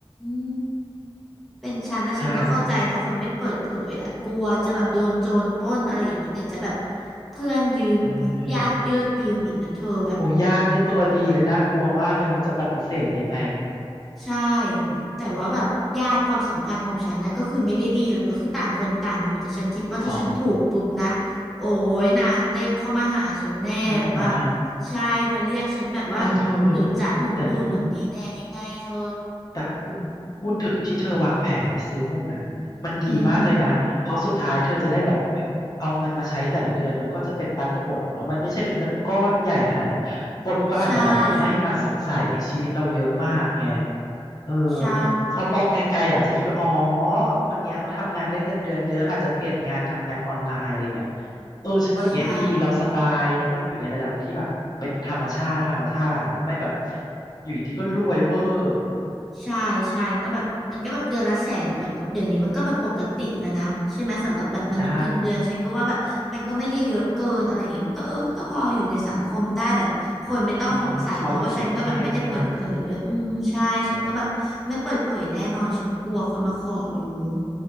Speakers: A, in the centre; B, on the left (about 40°).
A: ม เป็นฉันนะฉันก็เข้าใจนะคนไม่เปิดเผยอ่ะกลัวจะแบบโดนโจรปล้นอะไรอย่างนี้เนี่ยจะแบบ
B: ใช่
A: เพื่อนยืม
B: ใช่
A: ญาติเยืดยืมอีกนะเธอแบบ
B: โอ้ญาติเนี่ยตัวดีเลยน่ากลัวมากเลยมันจะปฏิเสธยังไง
A: ใช่
B: อืม
A: แต่ว่าแบบญาติความสัมพันธ์ของฉันนะก็คือไม่ได้ดีหรอกก็คือต่างคนต่างอยู่แต่ฉันคิดว่าถ้าฉันถูกปุ๊บนะ
B: อ๋อ
A: โอ้ยนางเร่งเข้ามาหาฉันแน่แบบว่า
B: ใช่ไหมะ
A: ใช่มาเรียกฉันแบบว่า
B: โอ้ยเธอ
A: หนูจะหนูนู่นหนูนี่แน่ยังไงเธอ
B: แต่พูด แต่พูดพูดถึงที่เธอวางแผนไปซื้อหุ้นน่ะมันดีมากเลยนะ
A: อือฮึ
B: เพราะสุดท้ายเธอจะได้แบบไม่เอาเงินมาใช้แต่ละเดือนมันก็จะเป็นปันผลเนาะมันไม่ใช่เป็นเงินก้อนใหญ่ขนาดนั้น คนก็อาจจะแบบไม่มาสงสัยในชีวิตเราเยอะมากไง
A: ใช่
B: เออ
A: ใช่
B: เขามองไกลๆอาจจะคิดว่าอ๋อ คนเนี้ยเขาทำงานได้เงินเดือนเยอะอาจจะเปลี่ยนงานทำงานออนไลน์อะไรเงี้ยเออ ฉันว่าอย่างเงี้ยดีเราสบายแล้วมันอยู่ในระดับที่แบบเป็นธรรมชาติธรรมชาติอ่ะไม่แบบ
A: ใช่
B: อยู่ดีก็รวยเวอร์
A: ใช่ใช่ก็แบบมันก็แบบเดือนละแสนแบบเดี๋ยวนี้มันก็แบบปกติแล้วนะใช่ไหมสำหรับแบบมนุษย์เงินเดือนฉันก็ว่าแบบมันก็ไม่ได้เยอะเกินอะไรอย่างเงี้ยมันก็เออก็พออยู่ในสังคมได้แบบคนไม่ต้องสงสัยเพราะว่าฉันก็แบบไม่ได้เปิดเผยด้วยอืมใช่ฉันก็แบบไม่เปิดเผยแน่นอนฉันกลัวคนมาขอยืม
B: ใช่ใช่พออยู่ในกรุงเทพได้